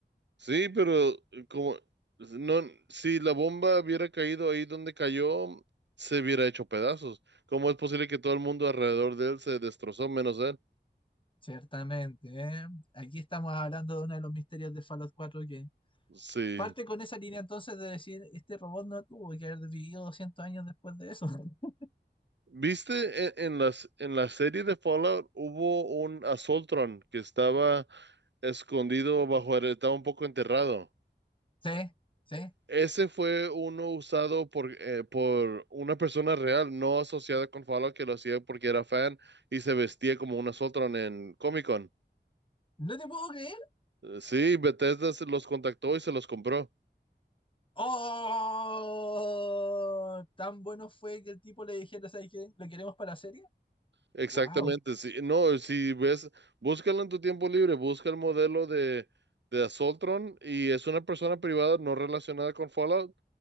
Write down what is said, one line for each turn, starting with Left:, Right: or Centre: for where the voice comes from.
Right: sí, pero eh, como no, si la bomba hubiera caído ahí donde cayó, se hubiera hecho pedazos. ¿Cómo es posible que todo el mundo alrededor de él se destrozó menos él?
Left: Ciertamente, ¿eh? Aquí estamos hablando de uno de los misterios de Fallout cuatro que
Right: Sí.
Left: parte con esa línea entonces de decir, este robot no tuvo que haber vivido 200 años después de eso. <laughs>
Right: ¿Viste en, en las en la serie de Fallout hubo un Assaultron que estaba escondido bajo, estaba un poco enterrado?
Left: Sí, sí.
Right: Ese fue uno usado por, eh, por una persona real, no asociada con Fallout, que lo hacía porque era fan y se vestía como una Sotron en Comic Con.
Left: ¿No te puedo creer?
Right: Eh, Sí, Bethesda se los contactó y se los compró.
Left: ¡Oh! Tan bueno fue que el tipo le dijera, ¿sabes qué? ¿Lo queremos para la serie?
Right: Exactamente,
Left: ¡Wow!
Right: sí. No, si ves, búscalo en tu tiempo libre, busca el modelo de, de Assaultron y es una persona privada no relacionada con Fallout